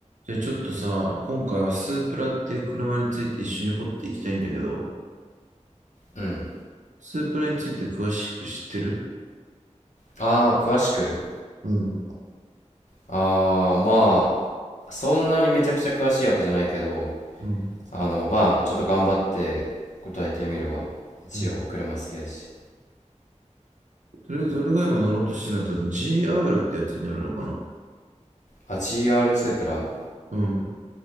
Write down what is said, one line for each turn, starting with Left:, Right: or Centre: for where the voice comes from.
Right: じゃあちょっとさ、今回はスープラっていう車について一緒に掘っていきたいんだけど、
Left: うん。
Right: スープラについて詳しく知ってる
Left: ああ、詳しく
Right: うん、
Left: ああー、まあ、そんなにめちゃくちゃ詳しいわけじゃないけど、
Right: うん、
Left: あの、まあ、ちょっと頑張って答えてみるわ。一応、
Right: うん。
Left: 車好きやし。
Right: とりあえず俺が今乗ろうとしてるのは多分 GR ってやつになるのかな
Left: あ、GR スープラ
Right: うん。